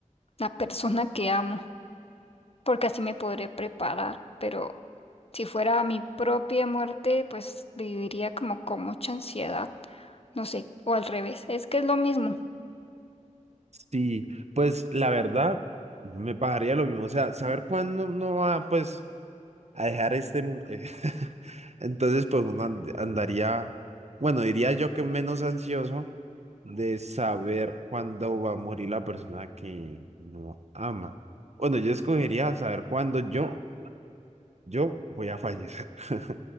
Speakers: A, on the left; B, on the right.
A: la persona que amo, porque así me podré preparar, pero si fuera mi propia muerte, pues viviría como con mucha ansiedad, no sé, o al revés, es que es lo mismo.
B: Sí, pues la verdad me pasaría lo mismo. O sea, saber cuándo uno va pues a dejar este mundo. <laughs> Entonces, pues uno and- andaría, bueno, diría yo que menos ansioso de saber cuándo va a morir la persona que no ama. Bueno, yo escogería saber cuándo yo Yo voy a fallecer. <laughs>